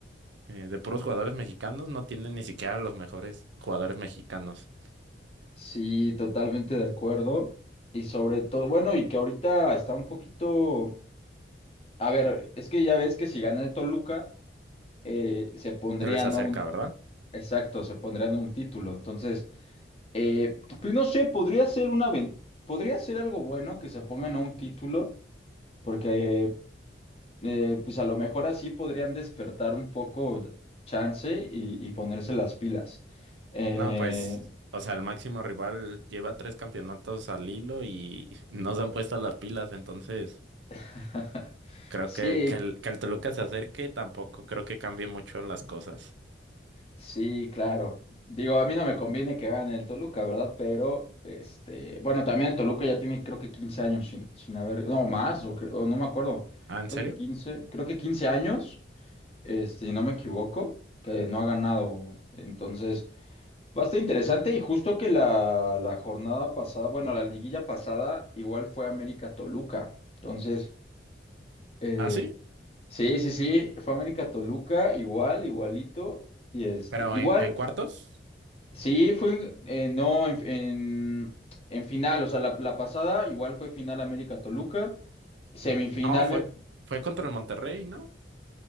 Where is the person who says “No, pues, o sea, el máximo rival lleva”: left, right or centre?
Right